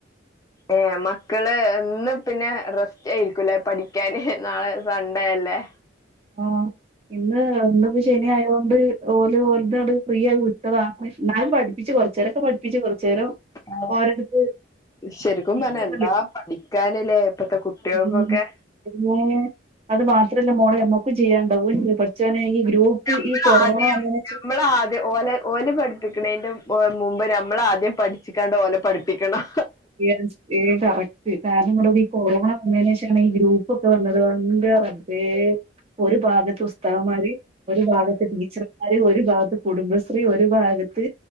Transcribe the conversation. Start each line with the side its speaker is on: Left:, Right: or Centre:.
Left: ഏഹ് മക്കള് ഒന്ന് പിന്നെ റെസ്റ്റ് ആയിരിക്കൂല്ലേ പഠിക്കാന് നാളെ സൺഡേയല്ലേ
Right: ആഹ് ഇന്ന് ഇന്നിപ്പൊ ശനി ആയോണ്ട് ഓല് ഓൽതണ് ഫ്രീ ആയി വിട്ടത ന്നാലും പഠിപ്പിച്ച് കൊറച്ചേരൊക്കെ പഠിപ്പിച്ച് കൊറച്ചേരം
Left: ആ
Right: ഓരടുത്ത്
Left: ശരിക്കും
Right: ഇരിക്കുന്നുണ്ട്
Left: പറഞ്ഞാ എന്താ പഠിക്കാനിലേ ഇപ്പത്തെ കുട്ടികൾക്കൊക്കെ
Right: ഉം പിന്നെ അത് മാത്രല്ല മോളെ മ്മക്കും ചെയ്യാൻണ്ടാവും ഔ ന്റെ പടച്ചോനെ ഈ <unintelligible>
Left: നമ്മൾ
Right: ഈ കൊറോണ
Left: ആദ്യം
Right: വന്നേനേഷം
Left: നമ്മളാദ്യം ഓലെ ഓല് പഠിപ്പിക്കണേന്റെ മുമ്പ് നമ്മളാദ്യം പഠിച്ചിക്കാണ്ട് ഓലെ പഠിപ്പിക്കണം
Right: ഏ ഏഹ് കറക്റ്റ് കാരണം ഇങ്ങട്ടൊക്ക് ഈ കൊറോണ വന്നേന് ശേഷം ആണീ ഗ്രൂപ്പൊക്കെ വന്നത് ഔ ന്റെ റബ്ബേ ഒരു ഭാഗത്ത് ഉസ്താദ്കമാര് ഒരു ഭാഗത്ത് ടീച്ചർമാര് ഒരു ഭാ കുടുംബശ്രീ ഒരു ഭാഗത്ത്.